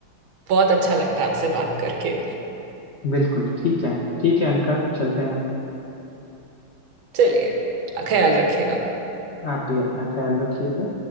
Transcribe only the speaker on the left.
बिल्कुल ठीक है ठीक है अनका चलते हैं
आप भी अपना ख्याल रखिएगा